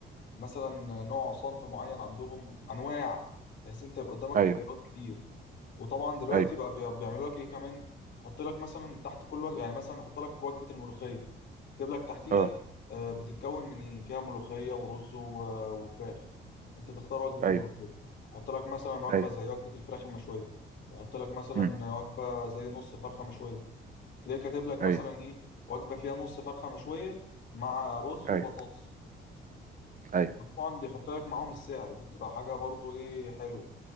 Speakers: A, on the left; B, on the right.
A: مثلا نوع صنف معين عندهم انواع بحيث انت يبقى قدامك
B: ايوه
A: اختيارات كتير وطبعا دلوقتي
B: ايوه
A: بقى بي- بيعملوا لك ايه كمان يحط لك مثلا تحت كل وجبه يعني مثلا يحط لك وجبه الملوخيه يكتب لك تحتيها
B: اه
A: آه، بتتكون من ايه فيها ملوخيه ورز و- وفراخ انت تختار وجبه
B: ايوه
A: الملوخيه يحط لك مثلا وجبه
B: ايوه
A: زي وجبه الفراخ المشويه يحط لك مثلا
B: امم
A: وجبه زي نص فرخه مشويه تلاقيه كاتب لك مثلا
B: ايوه
A: ايه وجبه فيها نص فرخه مشويه مع رز وبطاطس
B: ايوه ايوه
A: وطبعا بيحط لك معاهم السعر دي بتبقى حاجه برضو ايه حلوه